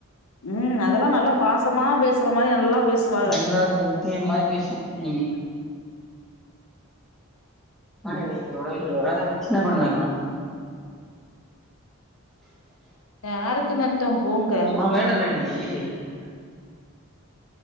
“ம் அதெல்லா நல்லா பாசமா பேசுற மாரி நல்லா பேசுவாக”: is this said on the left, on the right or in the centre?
Left